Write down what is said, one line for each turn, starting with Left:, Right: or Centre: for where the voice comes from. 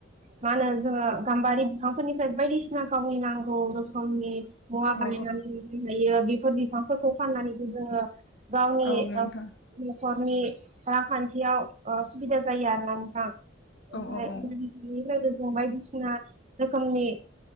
Right: मा होनो जोङो गाम्बारि बिफांफोरनिफ्राय बायदिसिना गावनि नांगौ रोखोम रोखोमनि मुवा
Left: औ
Right: बानायनानै लनो हायो बेफोर बिफांफोरखौ फाननानैबो जोङो गावनि
Left: औ नोंथां
Right: नखरनि रांखान्थियाव सुबिदा जायो आरो ना नोंथां ओमफ्राय
Left: औ औ औ
Right: बेनिफ्रायबो जों बायदिसिना रोखोमनि